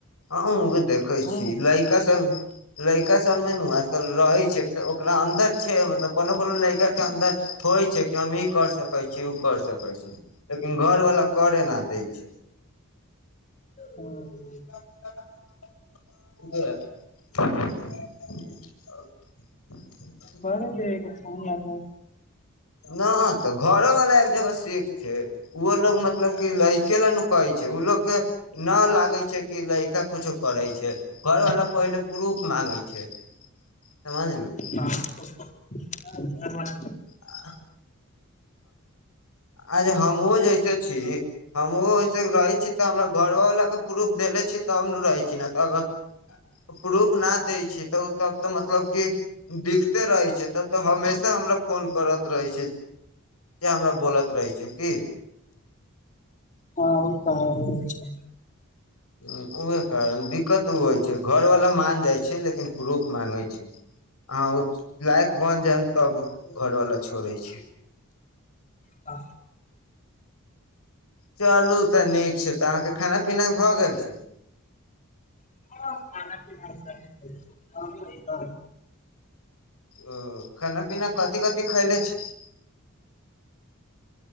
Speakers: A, on the left; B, on the left.
A: हँ ओ देखै
B: हँ
A: छी
B: हँ
A: लैक का सौ <unintelligible> लैका सब मे नू आजकल रहे छै ओकरा अन्दर छै मतलब कोनो कोनो लैका के अन्दर ठोइ छै छै कि हम ई कर सकै छी उ कर सकै छी लेकिन घर वाला करेना देै छै
B: हँ
A: <unintelligible> <unintelligible>
B: घरे देके छ यादात
A: नहि त घरो वाला एक जगह सेख छै ओ लोग मतलब क लैके ल नु कहै छै ओ लोग के न लागै छै कि लड़का कुछो करै छै घरवाला पहिले प्रूफ मांगै छै समझलु
B: ह ब <unintelligible>
A: आ अछ हमहु जैसे छी हमहुं ओहिसे रहै छी तहमरा घरवाला के प्रूफ देले छी तब नु रहै छी न त प्रूफ नहि दै छै त ओ तब त मतलब कि दिखते रहै छै तब त हमेशा हमरा फोन करत रहै छै किया हमरा बोलत रहै छै की
B: आ ओ त छै
A: ह उहे कारण दिक्कत ओ होइ छै घरवाला मान जाइ छै लेकिन प्रूफ मांगै छै ओ लायक बन जाय तब घर वाला छोड़े छी
B: आ
A: चलू त नीक छै त अहाँके खाना पीना भए गेल छै
B: <unintelligible>
A: ओ खाना पीना कथि कथि खैले छी